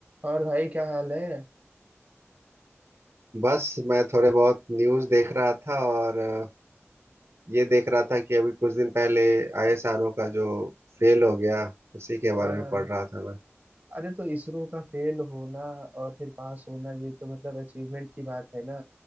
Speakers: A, on the right; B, on the right.
A: और भाई क्या हाल है
B: बस मैं थोड़े बहुत न्यूज़ देख रहा था और अ, ये देख रहा था कि अभी कुछ दिन पहले आईएसआरओ का जो फेल हो गया उसी के
A: हाँ
B: बारे
A: हाँ
B: में पढ़ रहा था मैं
A: अरे तो इसरो का फेल होना और फिर पास होना ये तो मतलब अचीवमेंट की बात है ना